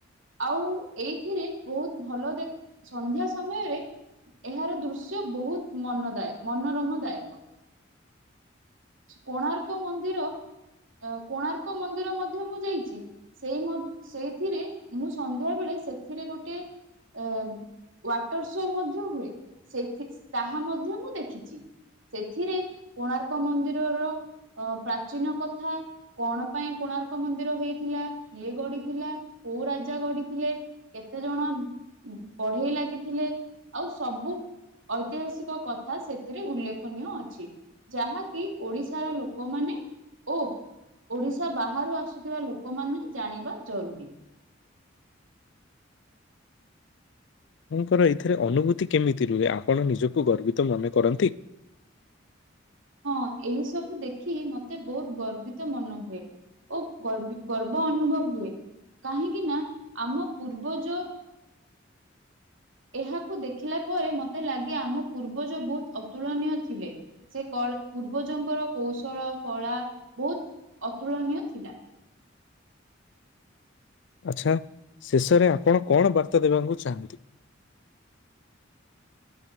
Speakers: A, on the right; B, on the left.
A: ଆଉ ଏଇଥିରେ ବହୁତ୍ ଭଲ ଦେଖ୍ ସନ୍ଧ୍ୟା ସମୟରେ ଏହାର ଦୃଶ୍ୟ ବହୁତ୍ ମନଦାୟ ମନୋରମ ଦାୟକ। କୋଣାର୍କ ମନ୍ଦିର ଅ କୋଣାର୍କ ମନ୍ଦିର ମଧ୍ୟ ମୁଁ ଯାଇଚି। ସେଇ ମ ସେଇଥିରେ ମୁଁ ସନ୍ଧ୍ୟାବେଳେ ସେଥିରେ ଗୋଟେ ଏ ୱାଟର ଶୋ ମଧ୍ୟ ହୁଏ, ସେଥି ତାହା ମଧ୍ୟ ମୁଁ ଦେଖ୍ ଖିଚି ସେଥିରେ କୋଣାର୍କ ମନ୍ଦିରର ଅଁ ପ୍ରାଚୀନ କଥା କଣ ପାଇଁ କୋଣାର୍କ ମନ୍ଦିର ହେଇଥିଲା, କିଏ ଗଢିଥିଲା, କୋଉ ରାଜା ଗଢିଥିଲେ କେତେଜଣ ବଢେଇ ଲାଗିଥିଲେ, ଆଉ ସବୁ ଐତିହାସିକ କଥା ସେ ଥିରେ ଉଲ୍ଲେଖନୀୟ ଅଛି, ଯାହାକି ଓଡିଶାର ଲୋକମାନେ ଓ ଓଡିଶା ବାହାରୁ ଆସୁଥିବା ଲୋକମାନେ ଜାଣିବା ଜରୁରୀ।
B: ଆପଣଙ୍କର ଏଥିରେ ଅନୁଭୂତି କେମିତି ରୁହେ, ଆପଣ ନିଜକୁ ଗର୍ବିତ ମନେ କରନ୍ତି?
A: ହଁ ଏହିସବୁ ଦେଖି ମତେ ବହୁତ୍ ଗର୍ବିତ ମନେ ହୁଏ। ଓ ଗର୍ବି ଗର୍ବ ଅନୁଭବ ହୁଏ, କାହିଁକି ନା ଆମ ପୂର୍ବଜ ଏହାକୁ ଦେଖିଲା ପରେ ମତେ ଲାଗେ ଆମ ପୂର୍ବଜ ବହୁତ୍ ଅତୁଳନୀୟ ଥିଲେ। ସେ କଳ ପୂର୍ବଜଙ୍କର କୌଶଳ କଳା ବହୁତ୍ ଅତୁଳନୀୟ ଥିଲା।
B: ଆଚ୍ଛା, ଶେଷରେ ଆପଣ କଣ ବାର୍ତ୍ତା ଦେବାକୁ ଚାହାଁନ୍ତି?